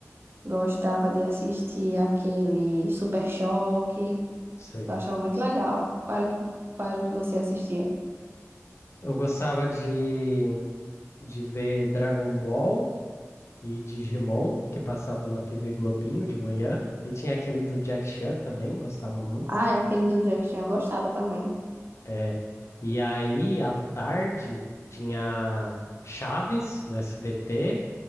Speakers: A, on the right; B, on the left.
A: Gostava de assistir aquele Super Choque.
B: Sei.
A: Eu achava muito legal. Qual era, qual era o que você assistia?
B: eu gostava de. de ver Dragon Ball e Digimon, que passava na TV Globinho de manhã. E tinha aquele do Jack Chan também, gostava muito.
A: Ah, e aquele do Jack Chan eu gostava também.
B: É, e aí, à tarde, tinha Chaves no SBT